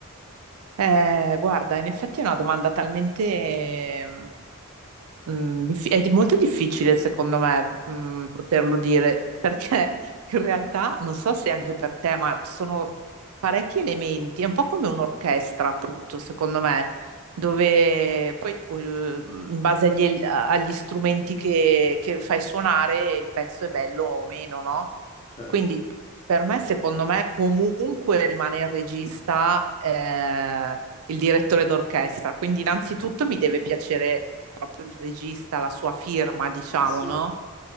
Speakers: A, on the right (about 75°); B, on the left (about 30°).
A: Eh, guarda, in effetti è una domanda talmente, Mm, diffi- è di- molto difficile secondo me, mm, poterlo dire, perché in realtà non so se anche per te, ma ci sono parecchi elementi, è un po' come un'orchestra, appunto, secondo me, dove poi eh, in base agli, el- agli strumenti che, che fai suonare il pezzo è bello o meno, no?
B: Certo.
A: Quindi per me, secondo me, comunque rimane il regista, eh, il direttore d'orchestra. Quindi, innanzitutto mi deve piacere proprio il regista, la sua firma, diciamo,
B: Eh sì,
A: no?